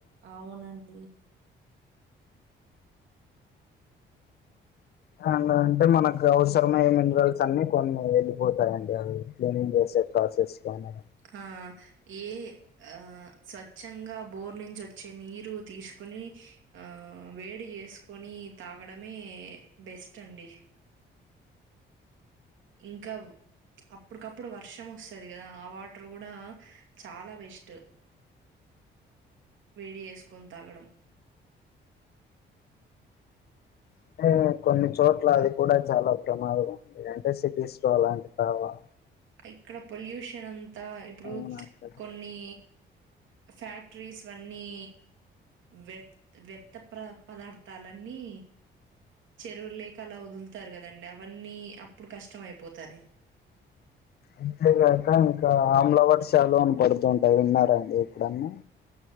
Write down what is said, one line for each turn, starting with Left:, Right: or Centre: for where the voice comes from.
Right: అవునండి
Left: అండ్ అంటే మనకు అవసరమయ్యే మినరల్స్ అన్ని కొన్ని వెళ్ళిపోతాయండి అవి క్లీనింగ్ చేస్ చే ప్రాసెస్ కానీ
Right: ఆ ఏ ఆ స్వచ్ఛంగా బోర్ నుంచి వచ్చే నీరు తీస్ కొని ఆ వేడి చేసుకొని తాగడమే బెస్ స్టాడి ఇంకా అప్పడికప్పుడు వర్షం వస్తది కదా ఆ వాటర్ కూడా చాలా బెస్ట్ వేడి చేసుకొని తాగడం అ
Left: అంటే కొన్ని చోట్ల అది కూడా చాలా ప్రమాదం ఉంది అంటే సిటీస్ లో అలాంటి కాడ వా
Right: ఇక్కడ పొల్యూషన్ అంతా ఇప్పుడు
Left: అవునా అండి
Right: కొన్ని ఫ్యాక్టరీస్ అన్నీ వ్య వ్యర్థం ప్ర పదార్థాలన్నీ చెరువు లేకి అలా వదులుతారు కదండి అవన్నీ అప్పుడు కష్టం అయిపోతది <inaudible>
Left: అంతేగాక ఇంకా అమ్లవర్షలు అని పడుతుంటాయి విన్నారాండి ఎప్పుడన్నా